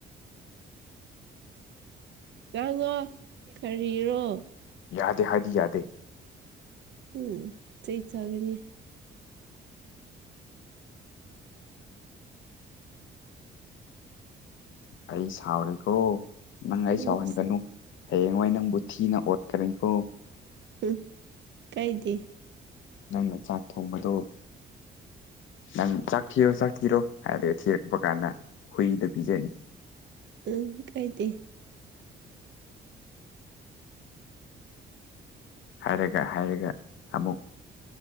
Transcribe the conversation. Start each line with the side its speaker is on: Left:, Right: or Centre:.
Right: ꯉꯉꯣ ꯈꯔꯤꯔꯣ
Left: ꯌꯥꯗꯦ ꯍꯥꯏꯗꯤ ꯌꯥꯗꯦ
Right: ꯎꯝ ꯆꯩ ꯆꯒꯅꯤ ꯎꯝ
Left: ꯑꯩ ꯁꯥꯎꯔꯦꯀꯣ ꯅꯪ ꯑꯩ
Right: ꯎꯝ
Left: ꯁꯥꯎꯍꯟꯒꯅꯨ ꯍꯌꯦꯡꯋꯥꯏ ꯅꯪꯕꯨ ꯊꯤꯅ ꯑꯣꯠꯀꯅꯤꯀꯣ
Right: ꯎꯝ ꯀꯥꯏꯗ
Left: ꯅꯪꯅ ꯆꯥꯛ ꯊꯣꯡꯕꯗꯣ ꯅꯪ ꯆꯥꯛ ꯊꯤꯔꯣ ꯆꯥꯛ ꯊꯤꯔꯣ ꯍꯥꯏꯔꯒ ꯊꯤꯔꯛꯄ ꯀꯥꯟꯗ ꯍꯨꯏꯗꯣ ꯄꯤꯖꯅꯤ
Right: ꯑ ꯀꯩꯗ
Left: ꯍꯥꯏꯔꯒ ꯍꯥꯏꯔꯒ ꯑꯃꯨꯛ